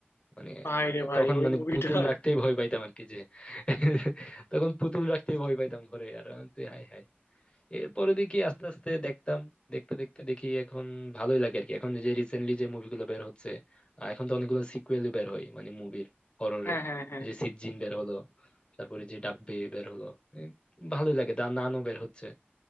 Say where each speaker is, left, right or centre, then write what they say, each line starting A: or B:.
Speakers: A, on the left; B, on the left.
A: মানে
B: ভাই
A: মানে
B: রে ভাই
A: তখন
B: ওই
A: মানে
B: মুভিটা
A: পুতুল রাখতেই ভয় পাইতাম আর কি যে <laughs> তখন পুতুল রাখতেই ভয় পাইতাম ঘরে আর আমি বলছি, হায় হায় এরপরে দেখি আস্তে আস্তে দেখতাম দেখতে দেখতে দেখি এখন ভালোই লাগে আর কি এখন যে রিসেন্টলি যে মুভিগুলো বের হচ্ছে আহ, এখন তো অনেকগুলো সিকুয়েলই বের হয় মানে মুভির হররের
B: <laughs> হ্যাঁ হ্যাঁ হ্যাঁ
A: যে
B: হ্যাঁ
A: সিজিন বের হলো তারপরে যে ডাব্বে বের হলো এ, ভালোই লাগে দা নানও বের হচ্ছে